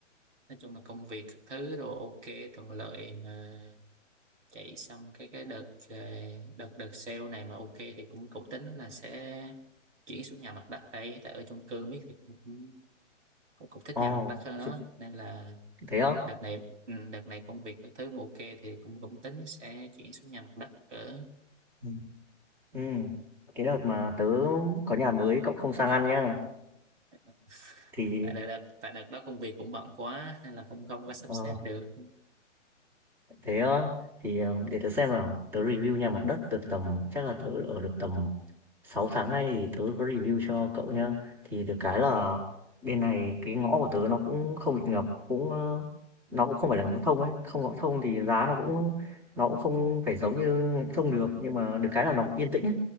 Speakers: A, on the right (about 70°); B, in the centre.
A: nói chung là công việc các thứ đồ ok thuận lợi mà chạy xong cái cái đợt ờ, đợt đợt sale này mà ok thì cũng cũng tính là sẽ chuyển xuống nhà mặt đất đây tại ở chung cư biết thì cũng, cũng cũng thích
B: Ồ,
A: nhà mặt đất hơn đó
B: ch
A: nên là
B: thế á?
A: đợt này ừ, đợt này công việc các thứ mà ok thì cũng cũng tính sẽ chuyển xuống nhà mặt đất cỡ
B: Ừm, ừm. Cái đợt mà tớ có nhà mới, cậu không sang ăn nhá.
A: <laughs>
B: Thì
A: tại đợt đợt- tại đợt đó công việc cũng bận quá nên là cũng không có sắp
B: ờ.
A: xếp được
B: Thế á, thì, ờ, để tớ xem nào, tớ review nhà mặt đất được tầm chắc là tớ ở được tầm 6 tháng nay thì tớ có review cho cậu nhá. Thì được cái là bên này cái ngõ của tớ nó cũng không bị ngập, cũng ờ, nó cũng không phải là ngõ thông ấy, không ngõ thông thì giá nó cũng nó cũng không phải giống như ngõ thông được, nhưng mà được cái là nó cũng yên tĩnh ấy.